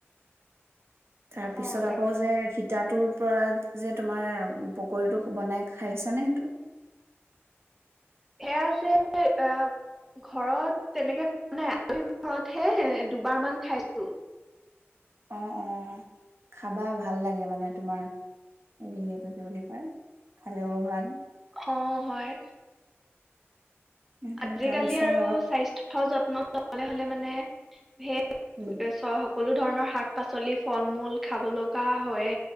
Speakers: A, on the right; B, in the centre.
A: তাৰ পিছত
B: অ তাকে
A: আকৌ যে শ। তাতৰ পৰা যে তোমাৰ পকীটো বনাই খাইছানে সেইটো
B: সেয়া আছে। এ ঘৰত তেনেকে। নাই আমি ঘৰতহে দুবাৰ মান খাইছো।
A: অ অ খাবা ভাল লাগে মানে তোমাৰ হেৰিটো কি বুলি কয় খালেও ভাল।
B: অ হয়।
A: সেইটোৱে
B: আজিকালি
A: তাৰপিছত
B: আৰু স্বাস্থ্য যত্ন। চলে হলে মানে সে।
A: উম,
B: চহক। সকলো ধৰণৰ শাক পাচলি ফল মূল খাব লগা হয়।